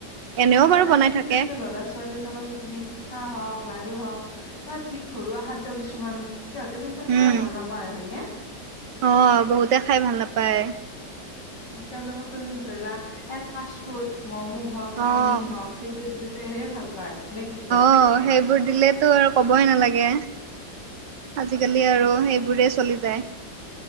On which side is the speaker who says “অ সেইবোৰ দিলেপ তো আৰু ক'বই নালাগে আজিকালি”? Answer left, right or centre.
Right